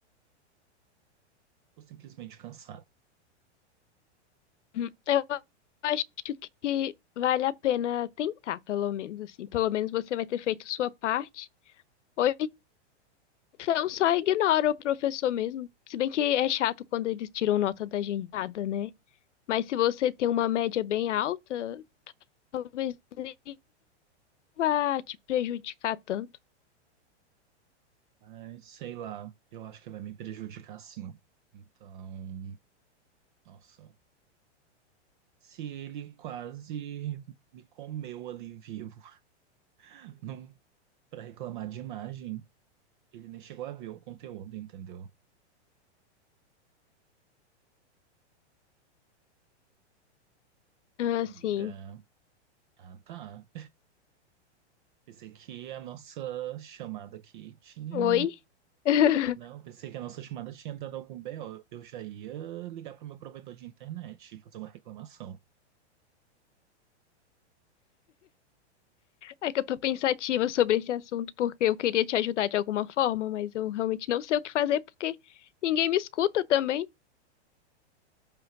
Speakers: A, on the right; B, on the left.
A: tô simplesmente cansado.
B: Uhum. Eu acho que vale a pena tentar, pelo menos, assim. Pelo menos você vai ter feito sua parte. Ou então só ignora o professor mesmo. Se bem que é chato quando eles tiram nota da gente, nada, né? Mas se você tem uma média bem alta, talvez nem vá te prejudicar tanto.
A: Mas, sei lá, eu acho que vai me prejudicar sim. Então, nossa. Se ele quase me comeu ali vivo, <laughs> não para reclamar de imagem, ele nem chegou a ver o conteúdo, entendeu? Amiga,
B: Assim,
A: ah tá. Pensei que a nossa chamada aqui tinha.
B: oi? <laughs>
A: Não, pensei que a nossa chamada tinha dado algum BO. Eu já ia ligar pro meu provedor de internet e fazer uma reclamação.
B: É que eu tô pensativa sobre esse assunto porque eu queria te ajudar de alguma forma, mas eu realmente não sei o que fazer porque ninguém me escuta também.